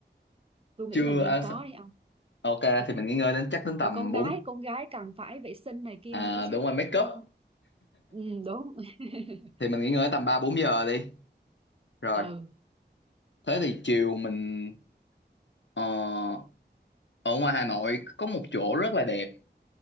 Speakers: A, on the right (about 30°); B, on the left (about 85°).
A: tôi nghĩ
B: Chưa
A: là nên
B: ăn
A: có
B: xong-
A: đi ông
B: Ok
A: <laughs>
B: thì mình nghỉ ngơi đến chắc đến
A: ờ
B: tầm
A: con gái
B: 4,
A: con gái cần phải vệ sinh này kia
B: à
A: nữa chứ
B: đúng rồi make
A: ừ,
B: up
A: ừ, đúng <laughs>
B: thì mình nghỉ ngơi đến tầm 3 4 giờ đi. Rồi,
A: ừ
B: thế thì chiều mình ờ, ở ngoài Hà Nội có một chỗ rất là đẹp.